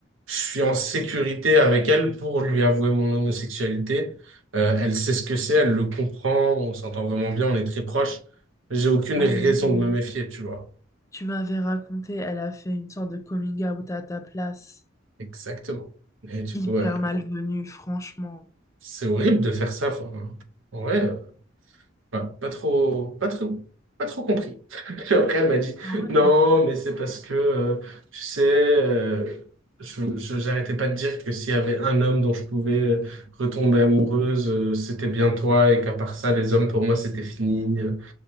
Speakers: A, on the right; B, on the left.
A: je suis en sécurité avec elle pour lui avouer mon homosexualité. Euh, elle sait ce que c'est, elle le comprend, on s'entend vraiment bien, on est très proches. J'ai aucune
B: Ah
A: raison
B: oui.
A: de me méfier, tu vois.
B: tu m'avais raconté, elle a fait une sorte de coming out à ta place.
A: Exactement. Et du
B: Hyper
A: coup, ouais,
B: malvenue, franchement.
A: c'est horrible de faire ça. Enfin, en vrai, euh, pas, pas trop, pas trop, pas trop compris. <laughs> Puis après, elle m'a dit,
B: Ah ouais,
A: non,
B: non, mais-
A: mais c'est parce que, euh, tu sais, euh, je, je- j'arrêtais pas de dire que s'il y avait un homme dont je pouvais euh, retomber amoureuse, euh, c'était bien toi, et qu'à part ça, les hommes, pour moi, c'était fini. Euh,